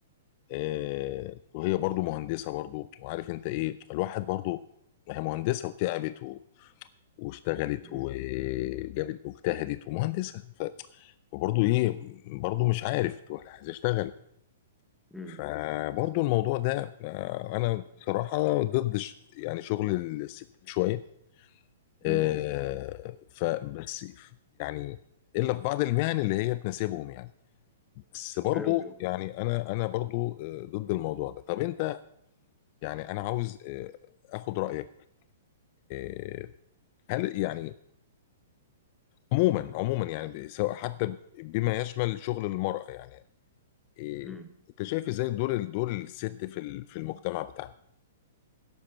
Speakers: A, on the left; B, in the centre.
A: آه وهي برضو مهندسه برضو وعارف انت ايه الواحد برضو ما هي مهندسه وتعبت واشتغلت
B: مم.
A: وجابت واجتهدت ومهندسه ف- فبرضه ايه برضه مش عارف تقول أنا عايز اشتغل
B: مم.
A: فبرضه الموضوع ده آه، انا بصراحه ضد ش- يعني شغل الستات شويه
B: مم.
A: آه، فبس يعني الا في بعض المهن اللي هي تناسبهم يعني بس برضه
B: ايوه بالظبط
A: يعني انا انا برضه آه، ضد الموضوع ده طب انت يعني انا عاوز آه، اخد رايك آه، هل يعني عموما عموما يعني ب- سواء حتى ب- بما يشمل شغل المرأة يعني إيه
B: مم.
A: انت شايف ازاي دور دور الست في ال- في المجتمع بتاعنا